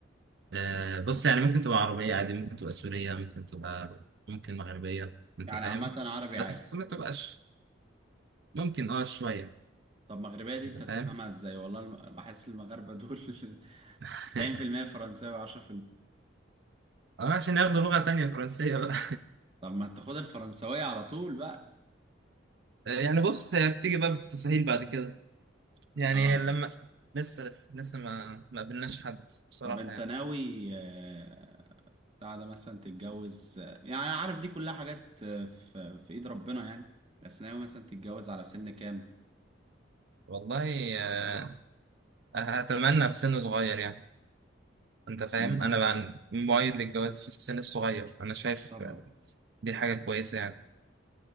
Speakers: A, on the right; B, on the right.
A: آه بص يعني ممكن تبقى عربية عادي ممكن تبقى سورية ممكن تبقى ممكن مغربية أنت
B: يعني
A: فاهم
B: عامة عربي
A: بس
B: عادي
A: ما تبقاش ممكن أه شوية
B: طب مغربية دي
A: أنت
B: انت
A: فاهم
B: تفهمها ازاي والله الم- بحس المغاربة دول <laughs>
A: <laughs>
B: 90% فرنساوي و10%
A: اه عشان ياخدوا لغة تانية فرنسية بقى
B: طب ما تاخد الفرنساوية على طول بقى
A: آه، يعني بص هي بتيجي بقى بالتسهيل بعد كده يعني
B: اه
A: لما لسه لسه, لسه ما ما قابلناش حد بصراحة
B: طب انت
A: يعني
B: ناوي آه، بتاع ده مثلا تتجوز آه، يعني انا عارف دي كلها حاجات آه، في في ايد ربنا يعني بس ناوي مثلا تتجوز على سن كام
A: والله آه، اتمنى في سن صغير يعني انت فاهم
B: امم
A: انا عن- مؤيد للجواز في السن الصغير انا شايف
B: طبعا
A: دي حاجه كويسه يعني